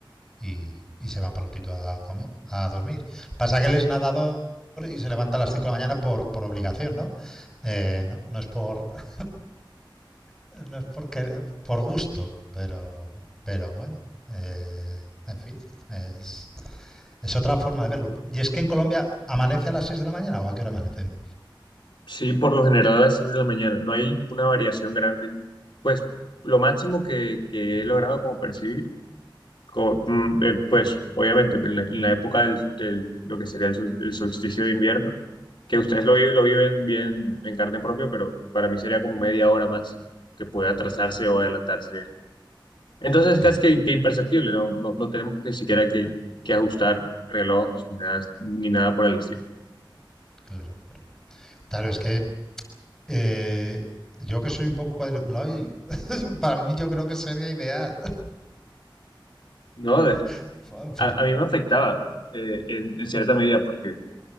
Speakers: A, in the centre; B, on the left.
A: y, y se van prontito a comer, a dormir. Pasa que él es nadador y se levanta a las 5 de la mañana por, por obligación, ¿no? Eh, no, no es por... <laughs> No es porque por gusto, pero, pero bueno. Eh, en fin, es, es, otra forma de verlo. Y es que en Colombia amanece a las 6 de la mañana o a qué hora amanece.
B: Sí, por lo general a las 6 de la mañana. No hay una variación grande. Pues lo máximo que, que he logrado como percibir, co- mm, eh, pues obviamente en la, en la época del, del- lo que sería el, sol- el solsticio de invierno, que ustedes lo, vi- lo viven bien en carne propia, pero para mí sería como media hora máximo, que puede atrasarse o adelantarse. Entonces es
A: Claro,
B: casi que, que imperceptible, no, no, no tenemos ni siquiera que, que ajustar reloj ni nada, ni nada por el estilo.
A: claro, claro. Claro, es que eh, yo que soy un poco cuadriculado, y <laughs> para mí yo creo que sería ideal.
B: ¿No?
A: <laughs>
B: A, a mí me afectaba eh, en, en cierta medida porque